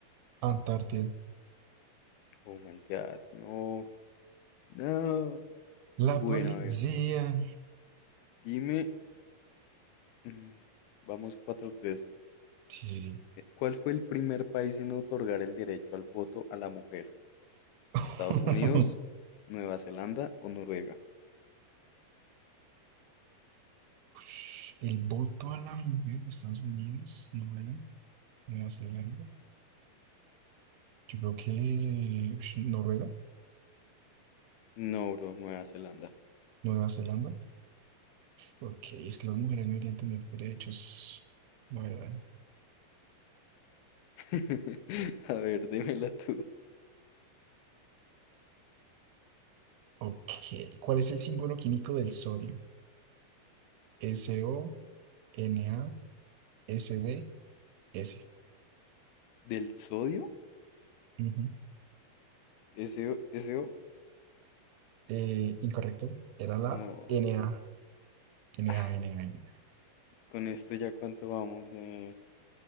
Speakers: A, on the right; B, on the left.
A: Antártida.
B: Oh my God, no. No.
A: La
B: Bueno,
A: policía.
B: a ver, dime. mm, Vamos cuatro tres.
A: Sí, sí, sí.
B: Eh, ¿Cuál fue el primer país en otorgar el derecho al voto a la mujer?
A: <laughs>
B: ¿Estados Unidos, Nueva Zelanda o Noruega?
A: Ush, El voto a la mujer de Estados Unidos, Noruega, Nueva Zelanda. Yo creo que ush, Noruega,
B: No, bro, Nueva Zelanda.
A: Nueva Zelanda. Ok, es que las mujeres no deberían tener derechos, la verdad.
B: <laughs> A ver, démela tú.
A: Ok. ¿Cuál es el símbolo químico del sodio? S SO, Na, SD, S. D, S.
B: ¿Del sodio?
A: Ujú.
B: ¿Ese, ese?
A: Eh, incorrecto. Era la
B: No.
A: Na. Na,
B: Ah,
A: Na, Na.
B: con esto ya cuánto vamos. Eh?